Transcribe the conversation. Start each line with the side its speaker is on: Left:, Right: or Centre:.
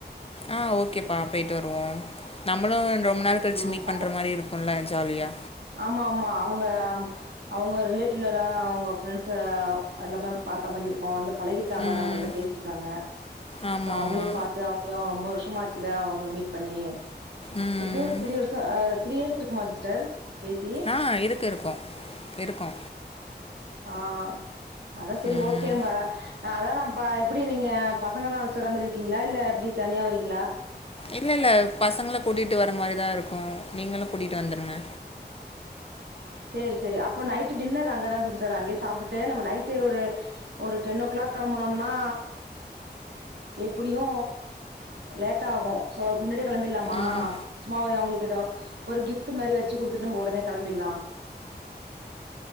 Left: ஆ ஓகேப்பா போய்ட்டு வருவோ நம்மளு ரொம்ப நாள் கழிச்சு
Right: ம்
Left: மீட்
Right: பச
Left: பண்ற மாரி இருக் ல்ல ஜாலியா
Right: ஆமா ஆமா அவங்க அவங்க ரிலேட்டிவ்ல எல்லா அவங்க ஃப்ரெண்ட்ஸ் எல்லாமே பாத்த மாரி இருக்கு வந்து பழகியிருக்காங்கள
Left: ம்
Right: நம்மள்ட்ட பேசியிருக்காங்க
Left: ஆமா
Right: சோ அவங்களையு
Left: ஆமா
Right: பாத்து ட்டு அவுங்ளியு ரொம்ப வருஷமா ஆச்சுல அவுங்கள மீட் பண்ணி
Left: ம்
Right: எப்டியோரு த்ரி வருஷோ த்ரீ இயர்ஸ் இருக்குமா சிஸ்டர் பேசி
Left: ஆ இருக்கு இருக்கு இருக்கு
Right: ஆ அதா சரி
Left: ம்
Right: ஓ கே ரம்ப அதாதா ப்பா எப்டி நீங்க பசங்களல்லா அழைச்சுற மேரி இருக்கீங்களா இல்ல எப்டி தனியா வரீங்ளா
Left: இல்லல்ல பசங்கள கூட்டிட்டு வர மாரி தா இருக்கு நீங்களு கூட்டிட்டு வந்துருங்க
Right: சேரி சேரி அப்போ நைட் டின்னர் அங்கதா சிஸ்டர் அங்கேயே சாப்டுட்டு நம்ம நைட்டு ஒரு ஒரு டென் ஓ கிளாக் கெளம்புனம்னா எப்டியு லேட்டாகு சோ அதுக்கு முன்னாடியே கெளம்பிர்லாமா
Left: ம்
Right: சும்மாவ் அவங்களுக்கு எதோ ஒரு கிஃப்ட் மாரி வச்சுக்குடுத்துட்டு நம்ம ஒடனே கெளம்பிட்லா